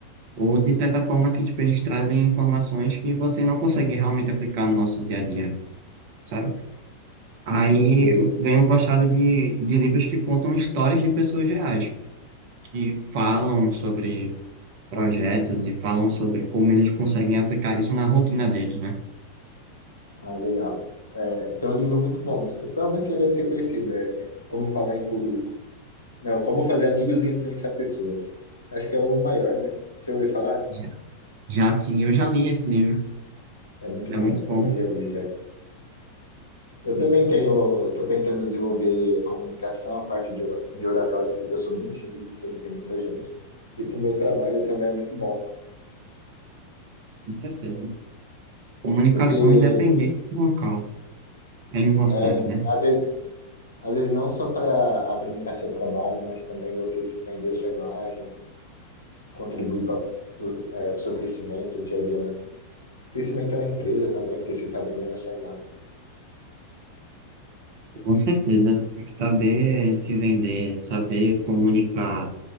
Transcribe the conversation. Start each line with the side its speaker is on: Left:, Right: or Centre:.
Right: ou de certa forma que tipo, eles trazem informações que você não consegue realmente aplicar no nosso dia a dia, sabe? Aí
Left: sei.
Right: eu venho gostado de, de livros que contam histórias de pessoas reais, que falam sobre projetos e falam sobre como eles conseguem aplicar isso na rotina deles, né?
Left: Ah, legal. É, tem um livro muito bom, provavelmente você já deve ter conhecido, é Como Falar em Público. Não, Como Fazer Amigos e Influenciar Pessoas. Acho que é o maior, né? Você ouviu falar?
Right: Já, já assim, eu já li esse livro,
Left: É muito
Right: é
Left: bom,
Right: muito bom,
Left: também já li já. Eu
Right: com
Left: também tenho, tô tentando desenvolver a comunicação, a parte de ora- de oratório, porque eu sou bem tímido, porque tem muita gente. E para o meu trabalho também é muito bom.
Right: certeza. Comunicação
Left: Você,
Right: independente do local é importante,
Left: é,
Right: né?
Left: às vezes, às vezes não só para apresentar seu trabalho, mas também você se vender sua imagem, contribuir para o seu crescimento dia a dia, na- crescimento na empresa também, porque você está vendendo a sua imagem.
Right: Com certeza, saber se vender, saber comunicar